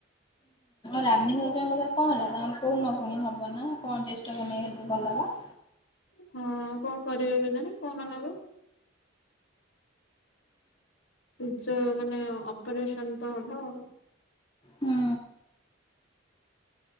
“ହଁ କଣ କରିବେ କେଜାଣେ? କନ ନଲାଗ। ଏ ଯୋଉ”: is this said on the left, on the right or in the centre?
Left